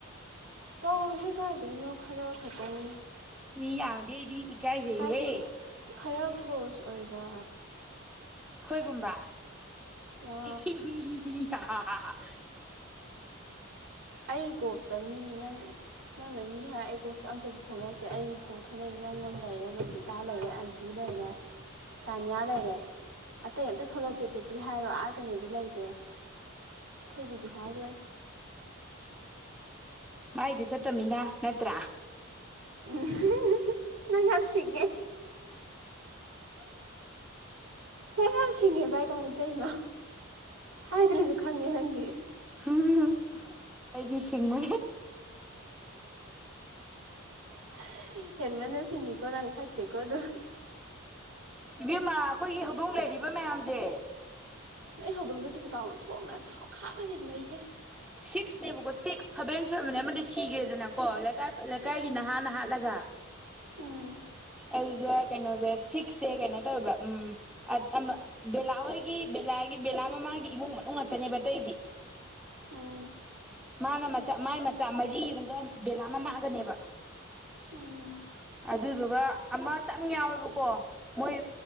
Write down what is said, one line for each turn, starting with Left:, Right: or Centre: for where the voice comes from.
Right: ꯇꯧꯔ ꯍ ꯀ ꯍꯥꯏꯗꯣꯏꯅꯣ ꯈꯔ ꯈꯆꯧ
Centre: ꯃꯤ ꯌꯥꯝꯃꯗꯤ ꯑꯩꯗꯤ ꯏꯀꯥꯏꯖꯩꯍꯦ
Right: ꯍꯥꯏꯗꯤ ꯈꯔ ꯀ꯭ꯂꯣꯁ ꯑꯣꯏꯕ
Centre: ꯒꯨꯝꯕ <inaudible>
Right: ꯌꯥ
Centre: ꯑ ꯍꯥ
Right: ꯑꯩ ꯀꯣꯛꯇ ꯃꯤ ꯅꯪ ꯅꯪꯅ ꯃꯤ ꯍꯥꯏ ꯑꯩ ꯀꯣꯛꯇ ꯑꯝꯇꯕꯨ ꯊꯣꯛꯂꯛꯇꯦ ꯑꯩꯅ ꯀꯣꯛ ꯊꯣꯛꯂꯛꯏꯦ ꯅꯪ ꯑꯃ ꯂꯩꯔꯦ ꯃꯇꯤꯇꯥ ꯂꯩꯔꯦ ꯑꯟꯖꯨ ꯂꯩꯔꯦ ꯇꯥꯅꯤꯌꯥ ꯂꯩꯔꯦ ꯑꯇꯩ ꯑꯝꯇ ꯊꯣꯛꯂꯛꯇꯦ ꯄꯕꯤꯇꯤ ꯍꯥꯏꯔꯣ ꯑꯁ ꯀꯩꯅꯣꯗꯤ ꯂꯩꯈ꯭ꯔꯦ ꯊꯣꯏꯕꯤꯗꯤ ꯍꯥꯏꯔꯣꯏ
Centre: ꯃꯥꯏꯗꯤ ꯆꯠꯇꯃꯤꯅ ꯅꯠꯇ꯭ꯔꯥ
Right: ꯎꯝ ꯅꯪ ꯌꯥꯝꯁꯤꯦ ꯅꯪ ꯌꯥꯝ ꯁꯤꯡꯉꯦ ꯚꯥꯏ ꯀꯃꯥꯏꯅ ꯇꯧꯔꯤꯅꯣ ꯍꯥꯏꯗ꯭ꯔꯁꯨ ꯈꯪꯉꯦ ꯅꯪꯗꯤ
Centre: ꯎꯝ ꯑꯩꯗꯤ ꯁꯤꯡꯅ
Right: <inaudible> <inaudible> ꯃꯅ ꯁꯤꯁꯤꯡꯉ ꯀꯣꯅꯥꯅ ꯐꯠꯇꯦ ꯀꯣ ꯑꯗꯨꯣ
Centre: ꯁꯤꯕꯦꯝꯃ ꯑꯩꯈꯣꯏꯒꯤ ꯍꯧꯗꯣꯡ ꯂꯩꯔꯤꯕ ꯃꯌꯥꯝꯁꯦ
Right: ꯅꯣꯏ ꯍꯧꯗꯣꯡꯗ ꯇꯤ ꯄꯤꯀꯥ ꯑꯣꯟ ꯊꯣꯛꯣꯡꯅ ꯈꯥꯡꯅꯗꯤ ꯂꯩꯍꯦ
Centre: ꯁꯤꯛꯁꯅꯦꯕꯀꯣ ꯁꯤꯛꯁ ꯁꯚꯦꯟ ꯁꯝꯕꯅꯦ ꯑꯃꯗꯤ ꯁꯤꯈ꯭ꯔꯦ ꯗꯅ ꯀꯣ ꯂꯩꯀꯥꯏ ꯂꯩꯀꯥꯏꯒꯤ
Right: ꯎꯝ
Centre: ꯅꯍꯥ ꯅ ꯍꯥꯠꯂꯒ
Right: ꯎꯝ
Centre: ꯑꯗꯨꯗ ꯀꯩꯅꯣꯁꯦ ꯁꯤꯛꯁꯁꯦ ꯀꯩꯅꯣ ꯇꯧꯋꯦꯕ ꯎꯝ ꯕꯂꯥ ꯍꯣꯏꯒꯤ ꯕꯦꯂꯥꯒꯤ ꯕꯦꯂꯥ ꯃꯃꯥꯒꯤ ꯏꯃꯨꯡ ꯃꯅꯨꯡ ꯅꯨꯡ ꯉꯥꯛꯇꯅꯦꯕ ꯑꯇꯩꯗꯤ
Right: ꯎꯝ
Centre: ꯃꯥꯅ ꯃꯆꯥ ꯃꯥꯥꯏ ꯃꯆꯥ ꯃꯔꯤꯃꯨꯛꯒ ꯕꯦꯂꯥ ꯑꯃ ꯃꯥꯡꯒꯅꯦꯕ <inaudible>
Right: ꯎꯝ
Centre: ꯑꯗꯨꯗꯨꯒ ꯑꯃꯇꯪ ꯌꯥꯎꯋꯦꯕꯀꯣ ꯃꯣꯏ